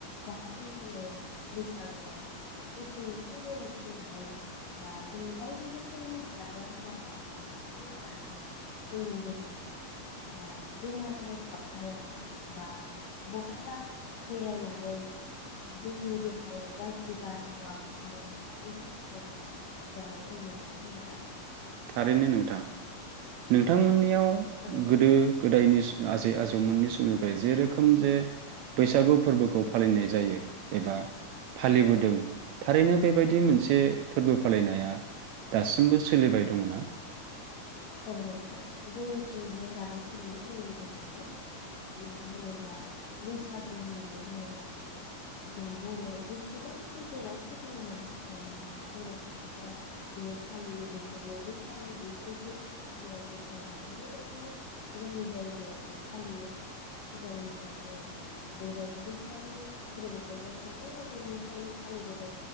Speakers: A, on the left; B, on the right.
A: जाहाथे जोङो बैसागुआव जेथिं मिथिं बेरायथिंनानै बा जोङो बायदि रोखोमनि जाग्रा मुवा जानानै ना बेदर जानानै जोंनि देहायाव। ओ बेमार आजार हाबफाया बा बहाबा बेरायनानै जोंनि देहायाव गाज्रि बारहावा हाबफाया बेनि थाखाय जों जानाय जायो नङा होनब्ला
B: थारैनो नोंथां नोंथांमोननियाव
A: औ
B: गोदो गोदायस आजै आजौमोननि समनिफ्राय जेरोखोम जे बैसागु फोरबोखौ फालिनाय जायो एबा फालिबोदों
A: औ
B: थारैनो बेबायदि मोनसे फोरबो फालिनाया दासिमबो सोलिबाय दं। दंङना?
A: औ नोंथां जोंनिथिं बेयो दाबो सोलियो जोंनि जायगायाव। मानो होनोब्ला बैसागु होननानै बुङोब्लाथ' जों बर' जेसेबांखि जेरावखि बर' मानसि थाया मानो बर' सुबुंफोरा बेयो फालियो बेखौ बयबो फालियो बेयो सैथो जेरावखि थाया मानो बेबायदिनो जोंनि जायगायावबो फालियो सिगांनिफ्रायनो बेबायदि बैसागो फोरबोखौ जों आजै आजौनिफ्रायनो फालिबोदों